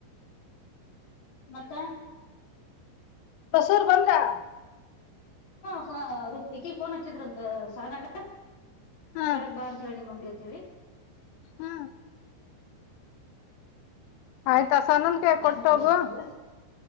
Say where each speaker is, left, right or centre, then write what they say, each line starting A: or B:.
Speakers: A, on the left; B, on the left.
A: ಮತ್ತ.
B: ಬಸುರ ಬಂದ್ರಾ.
A: ಹ್ಮು ರು ಇಕಿಗ್ ಫೋನ್ ಹಚ್ಚಿದ್ರಂತ ಸನಾಗ.
B: ಹಾ
A: ಕೆಳಗ್ ಬಾ ಅಂತ ಹೇಳಿ ನಿಮ್ಮ ಮಮ್ಮಿಗ ಅಂತ ಹೇಳಿ.
B: ಹ್ಮ್ ಆಯ್ತಾಪ್ಪಾ ತನುವು ಕೈಯಾಗ ಕೊಟ್ಟೋಗು.
A: ನೋಡು ಅಂತಂದ್ಲ